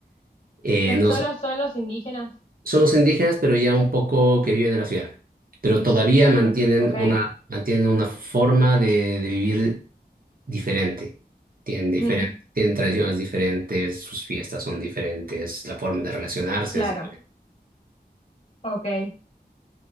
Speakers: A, on the right; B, on the left.
A: Eh,
B: Los
A: nos-
B: cholos son los indígenas.
A: son los indígenas, pero ya un poco que viven en la ciudad, pero todavía mantienen
B: Mm, ok.
A: una, mantienen una forma de, de vivir diferente. Tienen diferen-
B: Mm,
A: tienen tradiciones diferentes, sus fiestas son diferentes, la forma de relacionarse
B: claro.
A: es diferente.
B: Ok.